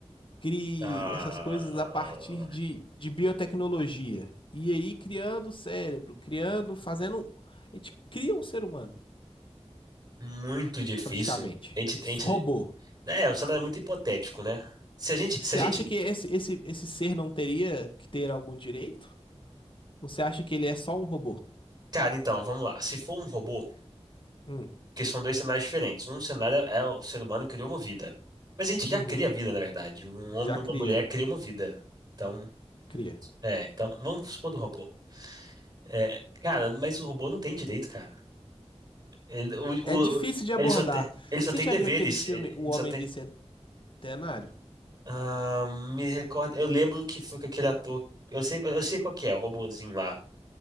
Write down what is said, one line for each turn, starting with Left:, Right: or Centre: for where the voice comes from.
Left: crie
Right: ah,
Left: essas coisas a partir de, de biotecnologia. E aí criando o cérebro, criando, fazendo. A gente cria um ser humano,
Right: muito difícil.
Left: praticamente.
Right: A gente, a gente,
Left: Robô.
Right: né, o cenário é muito hipotético, né? Se a gente,
Left: Você
Right: se a gente,
Left: acha que esse, esse, esse ser não teria que ter algum direito? Ou você acha que ele é só um robô?
Right: cara, então, vamos lá. Se for um robô.
Left: Hum,
Right: Porque são dois cenários diferentes. Um cenário é o ser humano criou uma vida. Mas a gente já
Left: uhum,
Right: cria vida, na verdade. Um homem
Left: já
Right: e
Left: cria,
Right: uma mulher criam uma vida. Então,
Left: cria.
Right: é, então, vamos supor do robô. É, cara, mas o robô não tem direito, cara. Ele, o-
Left: É difícil
Right: o-
Left: de abordar.
Right: ele só tem, ele só
Left: Você
Right: tem
Left: já
Right: deveres.
Left: viu aquele filme
Right: Ele, ele
Left: O Homem
Right: só tem.
Left: Bicentenário?
Right: Ah, me recordo. Eu lembro que foi com aquele ator. Eu sei, eu sei qual que é, o robôzinho lá.